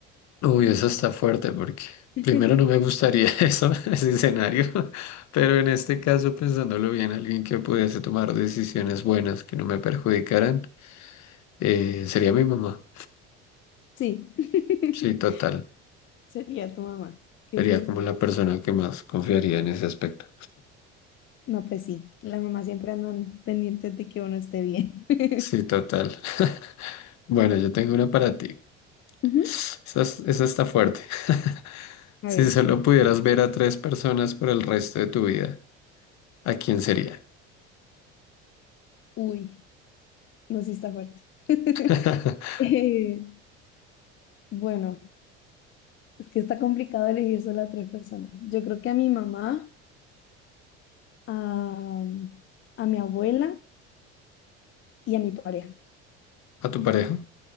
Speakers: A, on the left; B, on the left.
A: Uy, eso está fuerte porque
B: <laughs>
A: primero no me gustaría <laughs> eso, ese escenario, <laughs> pero en este caso, pensándolo bien, alguien que pudiese tomar decisiones buenas que no me perjudicaran, eh, sería mi mamá.
B: Sí, <laughs>
A: Sí, total.
B: sería tu mamá. Qué
A: Sería
B: divertido.
A: como la persona que más confiaría en ese aspecto.
B: No, pues sí, las mamás siempre andan pendientes de que uno esté bien. <laughs>
A: Sí, total. <laughs> Bueno, yo tengo una para ti.
B: Ujú.
A: Esa, es- esa está fuerte. <laughs>
B: A
A: Si
B: ver,
A: solo pudieras ver a tres personas por el resto de tu vida, ¿a quién sería?
B: uy, no, sí está fuerte. <laughs>
A: <laughs>
B: Eh, bueno, es que está complicado elegir solo a tres personas. Yo creo que a mi mamá, a, a mi abuela y a mi pareja.
A: ¿A tu pareja?